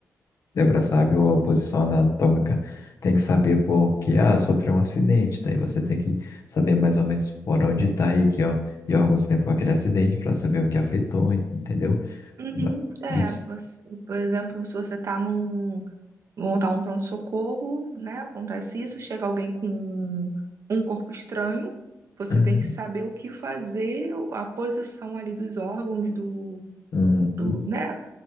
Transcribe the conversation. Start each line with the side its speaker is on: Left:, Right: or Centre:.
Left: vértebra, sabe, ou a posição anatômica, tem que saber por que, ah, sofreu um acidente, daí você tem que saber mais ou menos por onde está e que ó, e órgãos tempo aquele acidente para saber o que afetou, entendeu?
Right: Uhum. É,
Left: Isso,
Right: você- por exemplo, se você tá num, montar um pronto-socorro, né? Acontece isso, chega alguém com um um corpo estranho, você
Left: É,
Right: tem que saber o que fazer, a posição ali dos órgãos do,
Left: uhum,
Right: do, né?